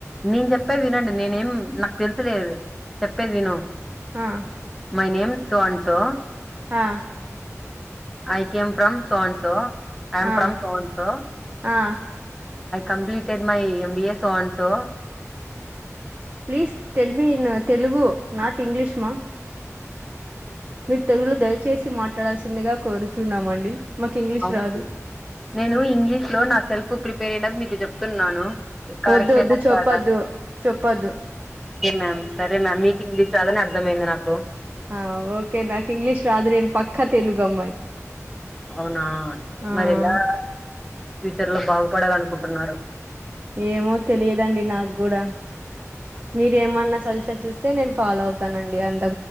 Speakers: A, in the centre; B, on the right.
A: నేను చెప్పేది వినండి నేనేం నాకు తెలిసలేదు చెప్పేది విను
B: ఆ
A: మైనేం స అన్ so
B: uh
A: I came from so and so I'm
B: uh
A: from so and so
B: uh
A: completed my MBS so and so
B: please tell న్ తెలుగు నాట్ ఇంగ్లీష్మా మీరు తెలులో దయచేసి మాట్లాడాల్సిందిగా కోరుచున్నామండి మాకు ఇంగ్లీష్
A: అవుకే
B: రాదు
A: నేను ఇంగ్లీష్ లో నా సెల్ఫ్ ప్రిపేర్ మీ చెప్తున్నాను కరెక్టేనా
B: వద్దు వద్దు చెప్పొద్దు
A: కాదా
B: చెప్పొద్దు
A: మ్యామ్ సరే మ్యామ్ మీకు ఇంగ్లీష్ రాదని అర్థమైంది నాకు
B: ఆ ఓకే నాకు ఇంగ్లీష్ రాదు నేను పక్క తెలుగు అమ్మాయి
A: అవునా
B: ఆ
A: మరి ఎలా ఫ్యూచర్ లో బాగు పడాలనుకుంటున్నారు
B: ఏమో తెలియదండి నాకు గూడ మీరేమన్నా సజెషన్స్ ఇస్ స్తే నేను ఫాలో అవుతానండి అన్